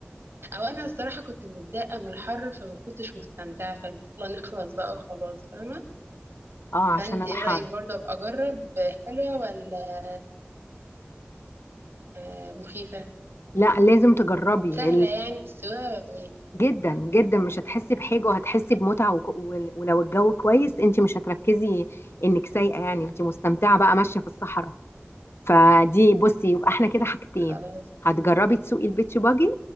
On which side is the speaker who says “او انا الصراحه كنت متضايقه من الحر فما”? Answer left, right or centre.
Right